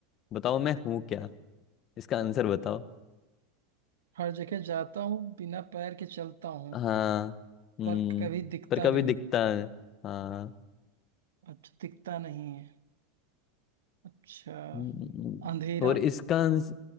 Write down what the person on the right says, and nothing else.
हर जगह जाता हूँ बिना पैर के चलता हूँ
पर कभी दिखता
नहीं
अच्छा दिखता नहीं है अच्छा
अंधेरा